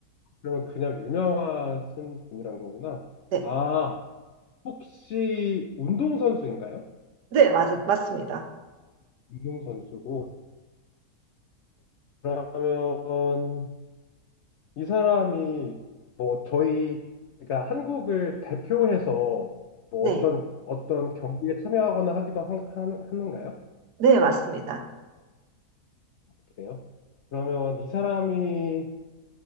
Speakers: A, on the left; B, on the right.
A: 그러면 그냥 유명하신 분이란 거구나.
B: 네,
A: 아, 혹시 운동선수인가요?
B: 네, 맞, 맞습니다.
A: 운동선수고, 그러면 이 사람이 뭐 저희 그러니까 한국을 대표해서 뭐
B: 네,
A: 어떤 어떤 경기에 참여하거나 하기도 한, 하는, 하는가요?
B: 네, 맞습니다.
A: 그래요? 그러면 이 사람이